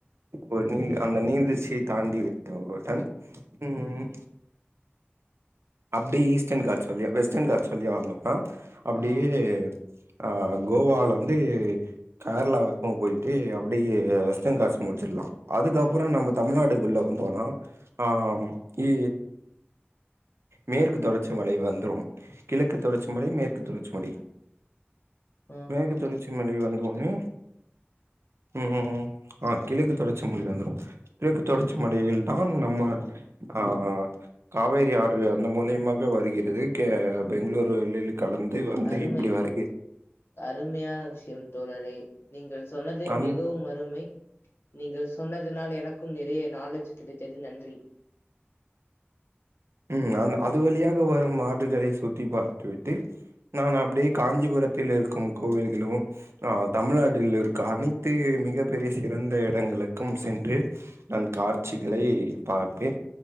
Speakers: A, on the right (about 80°); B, on the left (about 65°).
A: ஒரு நீ அந்த நீர்வீழ்ச்சிய தாண்டி விட்ட உடன் ம் ம் அப்டியே ஈஸ்டர்ன் காட்ஸ் வழியா வெஸ்டர்ன் காட்ஸ் வழியா வந்தோன்னா அப்டியே
B: ஆ
A: அ கோவாலந்து கேர்ளா வரைக்கும் போயிட்டு அப்படியே வெஸ்டன் காட்ஸ் முடிச்சிட்லாம் அதுக்கப்புறோ நம்ம தமிழ்நாடுக்குள்ள வந்தோன்னா ஆ இ மேற்கு தொடர்ச்சி மலை வந்துரும் கிழக்கு தொடர்ச்சி மலை மேற்கு தொடர்ச்சி மலை
B: ஆ
A: மேற்கு
B: ஆ
A: தொடர்ச்சி மலை வந்தவுட்னே ம் ஆ கிழக்கு தொடர்ச்சிமலை வந்துரும் கிழக்கு தொடர்ச்சி மலையில்தான் நம்ம ஆ காவேரி ஆறு அந்த மூலியமாக வருகிறது கே பெங்களூரு வெள்ளில் கலந்து வந்து
B: அருமை
A: இப்படி வருக
B: அருமையான விஷயம் தோழரே நீங்கள் சொன்னது
A: அந்
B: மிகவும் அருமை நீங்கள் சொன்னதுனால் எனக்கும் நிறைய நாலேஜ் கிடைத்தது நன்றி
A: ம் அந்த அது வழியாக வரும் ஆறுகளை சுத்தி பாத்து விட்டு நான் அப்டியே காஞ்சிபுரத்தில் இருக்கும் கோவில்களும் ஆ தமிழ்நாட்டில் இருக்க அனைத்து மிகப் பெரிய சிறந்த இடங்களுக்கும் சென்று நான் காட்சிகளை பார்ப்பேன்